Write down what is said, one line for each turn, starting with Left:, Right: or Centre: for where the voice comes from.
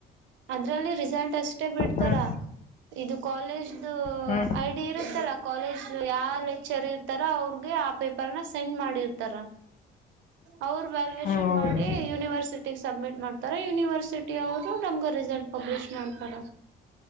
Right: ಅದ್ರಲ್ಲಿ ರಿಸಲ್ಟ್ ಅಷ್ಟೇ ಬಿಡ್ತಾರ
Left: ಹಾಂ
Right: ಇದು ಕಾಲೇಜ್ ಇದು
Left: ಹ್ಞೂ
Right: ಐಡಿ ಇರುತ್ತಲ್ಲ ಕಾಲೇಜ್ ಯಾವ ಲೆಕ್ಚರ್ ಇರ್ತಾರ ಅವ್ರಗೆ ಆ ಪೇಪರ್ನ ಸೆಂಡ್ ಮಾಡಿರ್ತಾರ ಅವರು ವ್ಯಾಲ್ಯಯೇಷನ್
Left: ಹ್ಞೂ ಹೌದು
Right: ಮಾಡಿ ಯೂನಿವರ್ಸಿಟಿ ಸಬ್ಮಿಟ್ ಮಾಡ್ತಾರ ಯುನಿವರ್ಸಿಟಿ ಅವರು ನಮಗ ರರಿಸಲ್ಟಾ ಪಬ್ಬಲಿಶ ಮಾಡ